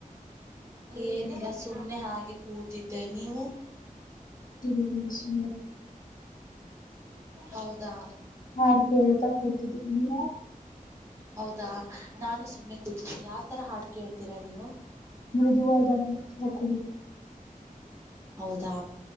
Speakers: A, on the right; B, on the left.
A: ಏನಿಲ್ಲ ಸುಮ್ನೆ ಹಾಗೆ ಕೂತಿದ್ದೆ ನೀವು
B: ರಾಮಿಸ <unintelligible>
A: ಹೌದಾ
B: ಹಾಡು ಕೇಳುತ್ತಾ ಕೂತಿದೀನಿ
A: ಹೌದಾ ನಾನು ಸುಮ್ಮನೆ ಕೂತಿಸಿ ಯಾವ್ತರ ಹಾಡು ಕೇಳ್ತೀರಾ ನೀವು
B: ಮೃದುವಾದ ಹೇಳ್ತೀನಿ
A: ಹೌದಾ